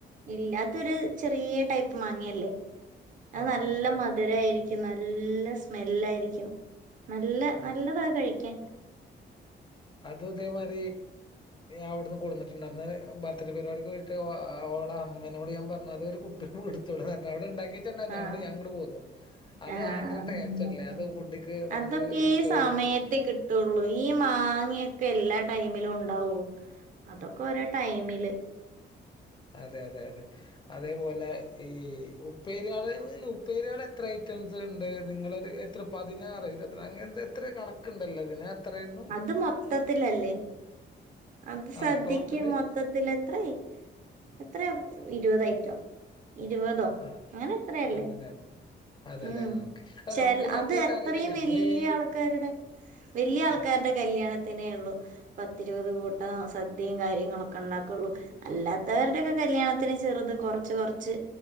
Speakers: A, on the right (about 45°); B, on the left (about 25°).
A: ഇല്ല അതൊരു ചെറിയ ടൈപ്പ് മാങ്ങയല്ലേ. അത്
B: ആ,
A: നല്ല
B: ആ, ആ.
A: മധുര ആയിരിക്കുന്ന നല്ല സ്മെല്ലായിരിക്കും. നല്ല
B: ഉം.
A: നല്ലതാ അത് കഴിക്കാൻ
B: അത് ഇതേമാതിരി അവിടുന്ന് കൊടുന്നിട്ട് ണ്ടന്ന് ബർത്ത്ഡേ പരിപാടിക്ക് പോയിട്ട് ഓ ഓൾടെ അമ്മേനോട് ഞാൻ പറഞ്ഞു അത് ഒരു കുപ്പീല് കൊടുത്തു വിടാൻ അവിടെ ഉണ്ടാക്കി വച്ചെണ്ടായിരുന്നു.
A: ആഹ്
B: അതോണ്ട് ഞാനിങ്ങട് പോന്നു. അത്
A: ആഹ്
B: അയങ്കര ടേസ്റ്റ് അല്ലേ. അത് ഫുഡ്ക്ക് നമുക്ക്
A: അതൊക്കെ ഈ
B: ചോറ്ക്ക്
A: സമയത്തെ കിട്ടുള്ളൂ ഈ മാ ങ്ങെക്കെല്ലാ ടൈമിലും ഉണ്ടാവോ. അതൊക്കെ ഒരോ ടൈമില്
B: അതെ അതെ അതെ അതേപോലെ ഈ ഉപ്പേരിയാള് ഉപ്പേരിയാള് എത്രായി ഐറ്റംസുണ്ട് നിങ്ങളൊരു എത്ര പതിനാറ് ഇരുപത്തിര അങ്ങ എത്ര എത്ര കണക്കുണ്ടല്ലോ അതിന് എത്രായിരുന്നു
A: അത് മൊത്തത്തിലല്ലേ. അത്
B: ആ
A: സദ്യക്ക്
B: ടോട്ടല്
A: മൊത്തത്തില് എത്രായി എത്രയാ ഇരുപത് ഐറ്റോ ഇരുപതോ
B: ആ
A: അങ്ങനെ എത്രയല്ലേ.
B: അങ്ങനെയാണ് അതെല്ലേ
A: ഉം
B: ആ ഓക്കെ അല്ല
A: ചെല
B: നമുക്ക് കറക്റ്റ്
A: അത്
B: ആയിട്ട്
A: എത്രയും
B: അറിയില്ല നമ്മളീ
A: വലിയ ആൾക്കാരുടെ വലിയ ആൾക്കാരുടെ
B: ആ
A: ക ല്യാണത്തിനേയുള്ളൂ പത്തിരുപത് കൂട്ടോം. സദ്യയും കാര്യങ്ങളൊക്കെ ഉണ്ടാക്കൂള്ളൂ അല്ലാത്ത വരുടെയൊക്കെ കല്യാണത്തിന് ചെറുത് കൊറച്ച് കൊറച്ച്